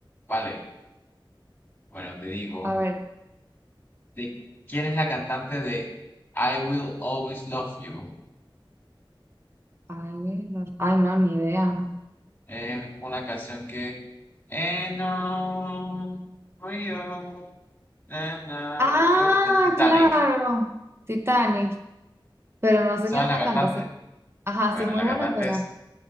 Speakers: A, on the left (about 20°); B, on the right (about 30°).
A: Vale, bueno, te digo.
B: A ver.
A: ¿De ¿Quién es la cantante de I Will Always Love You?
B: Ay, no, ay, no, ni idea.
A: Es una canción que... And I'm real, na, na.
B: Ah,
A: Creo que está en Titanic.
B: claro. Titanic. Pero no sé
A: ¿Sabes
B: quién
A: la
B: la
A: cantante?
B: canta. sí. Ajá,
A: Bueno,
B: sí es muy
A: la
B: buena,
A: cantante
B: pero.
A: es